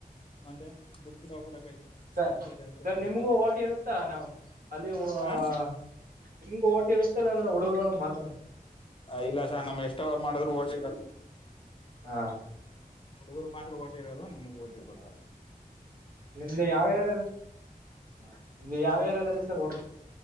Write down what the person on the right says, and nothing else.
ಸರ್
ಸರ್
ನಿಮ್ಗೂ
ಓಟಿ ಇರುತ್ತಾ ನಾವು ಅಲ್ಲಿ ಒ--ನಿಮಗ
ಓಟಿ ಇರುತ್ತೆಲ್ಲ ಅಂದ್ರೆ ಹುಡುಗರುಗಳ ಮಾತ್ರ
ಹಾ
ನಿಮ್ದ ಯಾವ್ಯಾರ ನಿಮ್ದ ಯಾವ್ಯಾರ್ಯಾದಲ್ಲಿ ಸರ್ ಹೊಟ